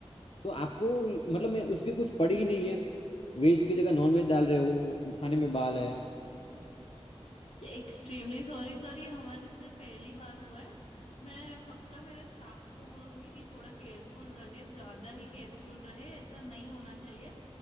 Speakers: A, on the left; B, on the left.
A: तो आपको मतलब मैं उसकी कुछ पड़ी ही नहीं है वेज की जगह नॉन वेज डाल रहे हो खाने में बाल है
B: एक्सट्रीमली सॉरी सर ये हमारे से पहली बार हुआ है मैं पक्का मेरे स्टाफ को बोलूंगी कि थोड़ा केयरफुल रहे ज़्यादा ही केयरफुल रहे ऐसा नहीं होना चाहिए